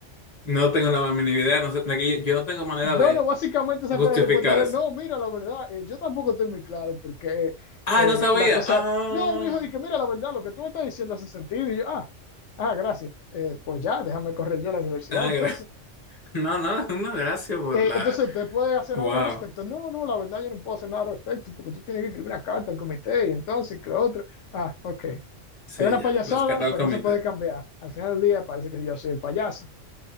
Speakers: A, on the left; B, on the left.
A: No tengo la mínima idea, no sé, aquí yo no tengo manera
B: Bueno,
A: de
B: básicamente esa
A: justificar
B: fue la respuesta de
A: eso.
B: él. No, mira, la verdad, eh, yo tampoco estoy muy claro porque
A: Ah,
B: eh,
A: no sabía.
B: la cosa...
A: Ah,
B: No, él me dijo, dije, mira, la verdad, lo que tú me estás diciendo hace sentido. Y yo, ah, ah, gracias. Eh, pues ya, déjame correr yo a la universidad.
A: ah,
B: Entonces,
A: gra- <laughs> no, no, no, gracias por
B: Eh,
A: la.
B: entonces, ¿usted puede hacer
A: Wow,
B: algo al respecto? No, no, la verdad, yo no puedo hacer nada al respecto porque tú tienes que escribir una carta al comité y entonces, que lo otro. Ah, ok. Es
A: sí,
B: una
A: ya,
B: payasada,
A: las cartas
B: pero
A: al comité.
B: no se puede cambiar. Al final del día parece que yo soy el payaso.